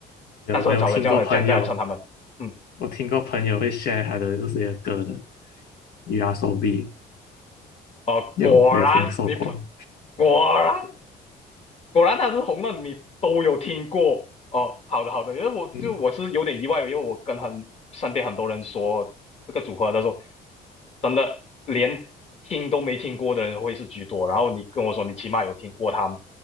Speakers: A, on the left; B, on the left.
A: 有我有听过朋友，
B: 但是很少人这样的这样子来称他们。嗯，
A: 我听过朋友会 share 他的这些歌的 u So B，
B: 哦，
A: 有我有听说过，
B: 果然你不果然果然他是红的，你都有听过哦。好的好的，因为我就我是有点意外，
A: 嗯。
B: 因为我跟很身边很多人说这个组合，他说真的连听都没听过的人会是居多。然后你跟我说你起码有听过他们